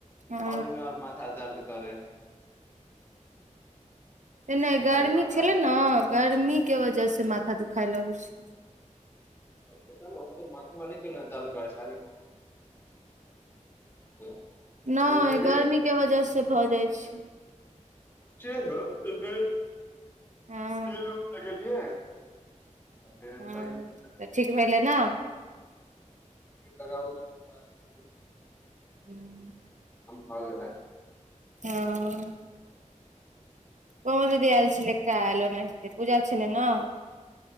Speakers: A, on the right (about 70°); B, on the left (about 20°).
A: हँ
B: और ओहिमे और माथा दर्द करे।
A: ऐना
B: पता
A: गर्मी
B: नहि माथा
A: छेले न गर्मी के वजह से माथा दुखाय लगय छय।
B: आ पता नय, ओहो स माथा हमा नय केने दर्द करय छैल, लेकिन <inaudible>
A: नहि
B: फेर भी
A: गर्मी के वजह से भऽ जाइ छै।
B: <unintelligible>
A: हँ
B: तेल उल लगेलीय, फेर
A: हँ
B: सही स
A: तऽ ठीक भेलै ने
B: लगाओ <unintelligible> आराम
A: हम्म,
B: भऽ गेलेै।
A: हँ। हो दीदी ऐल छेलेै काइल ओन्हि पूजा छेलै नऽ